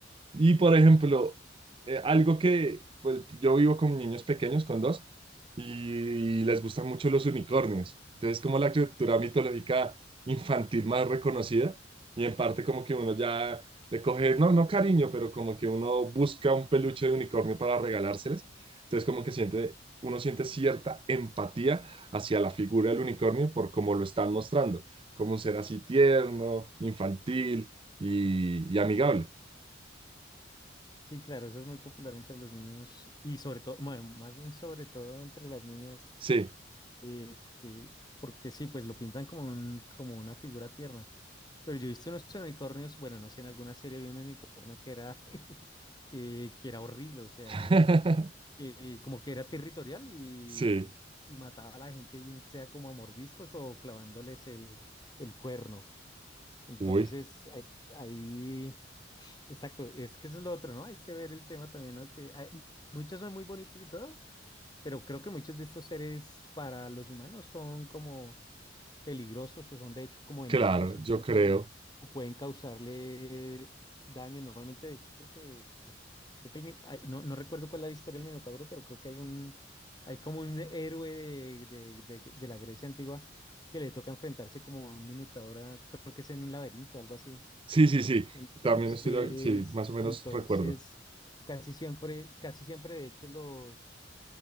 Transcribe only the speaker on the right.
Y por ejemplo, eh, algo que pues, yo vivo con niños pequeños, con dos, y les gustan mucho los unicornios. Entonces, como la cultura mitológica infantil más reconocida, y en parte como que uno ya le coge, no, no cariño, pero como que uno busca un peluche de unicornio para regalárseles. Entonces, como que siente, uno siente cierta empatía hacia la figura del unicornio por cómo lo están mostrando, como un ser así tierno, infantil y, y amigable.
Sí.
<laughs>
Sí,
uy,
claro,
yo
creo.
Sí, sí, sí,
también estoy, de- sí, más o menos
recuerdo,